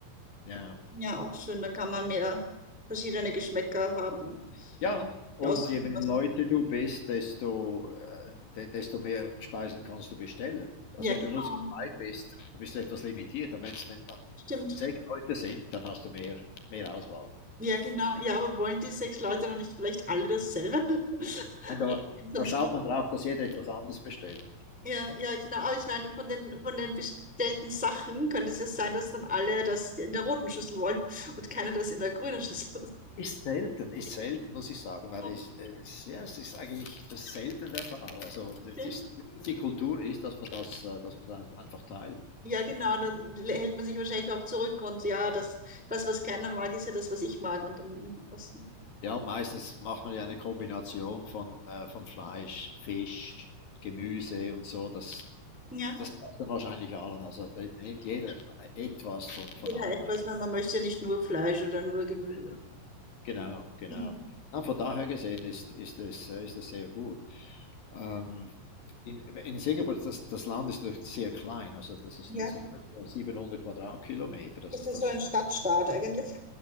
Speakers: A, on the left; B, in the centre.
A: Ja.
B: Ja, auch schön. Dann kann man mehr verschiedene Geschmäcker haben und
A: Ja, und
B: aussuchen,
A: je mehr
B: was
A: Leute
B: man
A: du bist, desto, äh, de desto mehr Speisen kannst du bestellen. Also
B: Ja,
A: wenn
B: genau.
A: du nur zu zweit bist, dann bist du etwas limitiert. Aber wenn's, wenn dann
B: Stimmt.
A: sechs Leute sind, dann hast du mehr, mehr Auswahl.
B: Ja, genau.
A: Und
B: Ja, aber wollen die sechs Leute dann nicht vielleicht alle dasselbe? <laughs>
A: da,
B: sonst-
A: da schaut man drauf, dass jeder etwas anderes bestellt.
B: Ja, ja, genau. Aber ich meine, von den, von den bestellten Sachen könnte es ja sein, dass dann alle das in der roten Schüssel wollen <laughs> und keiner das in der grünen Schüssel.
A: Ist selten, ist
B: <laughs>
A: selten, muss ich sagen, weil
B: Oh,
A: ich, äh, es- ja, es ist eigentlich das ist selten der Fall. Also
B: Okay.
A: es ist, die Kultur ist, dass man das, äh, dass man das einfach teilt.
B: Ja, genau. Dann hält man sich wahrscheinlich auch zurück und ja, das, das, was keiner mag, ist ja das, was ich mag. Und dann, das,
A: Ja, meistens macht man ja eine Kombination von, äh, von Fleisch, Fisch, Gemüse und so. Das,
B: ja,
A: das passt dann wahrscheinlich allen. Also da nimmt jeder etwas von,
B: jeder
A: von allem
B: etwas,
A: eigentlich.
B: weil man möchte ja nicht nur Fleisch oder nur Gemüse.
A: Genau, genau.
B: Mhm.
A: Ja, von daher gesehen ist, ist es, äh, ist es sehr gut. Ähm, in, in Singapur, das, das Land ist doch sehr klein. Also das ist,
B: Ja.
A: das sind nur so 700 Quadratkilometer. Das
B: Das
A: ist
B: ist
A: also
B: so ein Stadtstaat eigentlich.